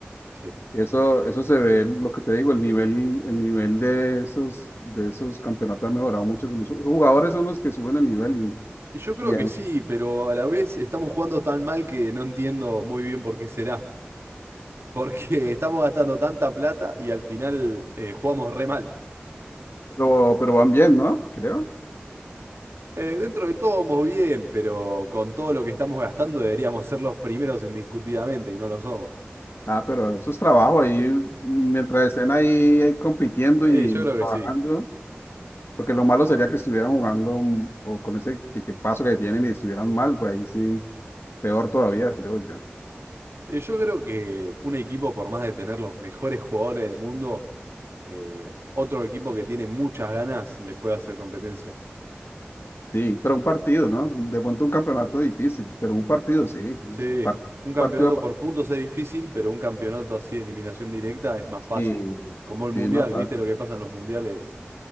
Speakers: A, on the right; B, on the left.
A: Sí.
B: Y eso, eso se ve, lo que te digo, el nivel, el nivel de esos, de esos campeonatos ha mejorado mucho. Los jugadores son los que suben el nivel y,
A: Y Yo creo
B: y ya,
A: que sí, pero a la vez estamos jugando tan mal que no entiendo muy bien por qué será. Porque <laughs> estamos gastando tanta plata y al final eh, jugamos re mal.
B: pero, pero van bien, ¿no? Creo.
A: Eh, dentro de todo vamos bien, pero con todo lo que estamos gastando deberíamos ser los primeros indiscutidamente y no lo somos.
B: Ah, pero eso es trabajo ahí, mientras estén ahí, ahí compitiendo
A: Sí,
B: y
A: yo creo que
B: trabajando,
A: sí.
B: porque lo malo sería que estuvieran jugando mm, o con ese equipazo que tienen y estuvieran mal, pues ahí sí, peor todavía, creo yo.
A: Eh, yo creo que un equipo, por más de tener los mejores jugadores del mundo, eh, otro equipo que tiene muchas ganas le puede hacer competencia.
B: Sí, pero un partido, ¿no? De pronto un campeonato difícil, pero un partido sí, es
A: Sí,
B: un par-
A: un campeonato
B: partido
A: por puntos es difícil, pero un campeonato así de eliminación directa es más fácil.
B: Sí, sí,
A: Como el mundial,
B: sí, no fácil.
A: ¿viste lo que pasa en los mundiales